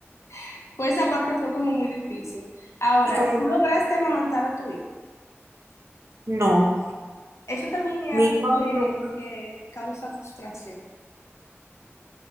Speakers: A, on the left; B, on the right.
A: <laughs> pues esa parte fue como muy difícil. Ahora,
B: y como,
A: tú lograste amamantar a tu hijo.
B: no,
A: Eso también es
B: mi
A: algo
B: hijo
A: que,
B: nunca.
A: que causa frustración.